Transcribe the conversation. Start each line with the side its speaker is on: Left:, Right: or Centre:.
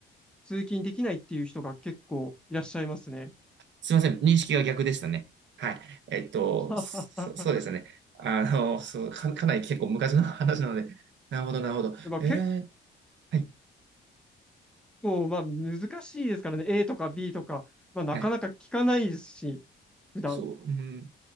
Centre: 通勤できないっていう人が結構いらっしゃいますね。
Right: すいません、認識が逆でしたね。はい。えっと、
Centre: <laughs>
Right: そ、そうですね。あの、そう、か、かなり結構昔の話なので、なるほど、なるほど。
Centre: まあ、
Right: えー
Centre: 結
Right: はい
Centre: 構、まあ、難しいですからね。A とか B とか、まあ、なかなか聞かないですし、
Right: はい
Centre: 普段。
Right: そう。うん。